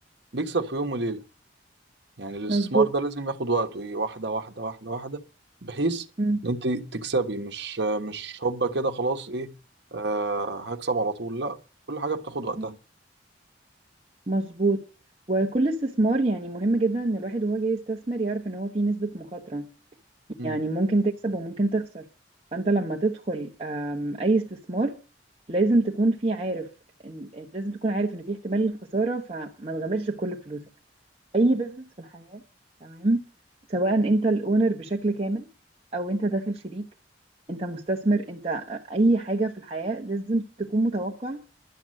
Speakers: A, on the right (about 60°); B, on the right (about 30°).
A: بيكسب في يوم وليلة يعني الاستثمار
B: مظبوط
A: ده لازم ياخد وقته ايه واحدة واحدة واحدة واحدة بحيث
B: مم.
A: ان انت تكسبي مش مش هوبا كده خلاص ايه آه هكسب على طول لا كل حاجة بتاخد وقتها
B: مم. مظبوط وكل استثمار يعني مهم جدا ان الواحد وهو جاي يستثمر يعرف ان هو فيه نسبه مخاطره
A: مم.
B: يعني ممكن تكسب وممكن تخسر فانت لما تدخل آم، اي استثمار لازم تكون في عارف إن لازم تكون عارف ان في احتمال الخسارة فما تغامرش بكل فلوسك اي بزنس في الحياة تمام سواء انت الاونر بشكل كامل او انت داخل شريك انت مستثمر انت آه، اي حاجة في الحياة لازم تكون متوقع